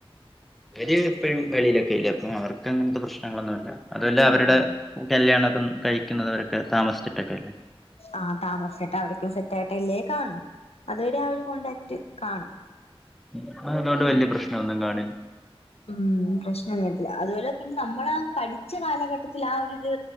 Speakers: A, in the centre; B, on the left.
A: അവര് എപ്പഴും വെളിയിലൊക്കെ അല്ലേ അപ്പൊ അവർക്ക് അങ്ങനത്തെ പ്രശ്നങ്ങളൊന്നുവില്ലാ. അതു അല്ലാ
B: ഉം
A: അവരുടെ കല്യാണൊക്കെ കഴിക്കുന്നത് അവരൊക്കെ താമസിച്ചിട്ടൊക്കെയല്ലേ.
B: ആഹ് താമസിച്ചട്ട് അവരൊക്കെ സെറ്റായിട്ടല്ലേ കാണൂ അതുവരെ ആ ഒര് കോണ്ടാക്ട് കാണും.
A: നമ്മള് അതുകൊണ്ട് വല്യ
B: ഉം
A: പ്രശ്നവൊന്നും കാണി
B: ഉം പ്രശ്നൊന്നും വരത്തില്ലാ അതുപോലെ പിന്നെ നമ്മളാ പഠിച്ച കാലഘട്ടത്തിൽ ആ ഒരിത്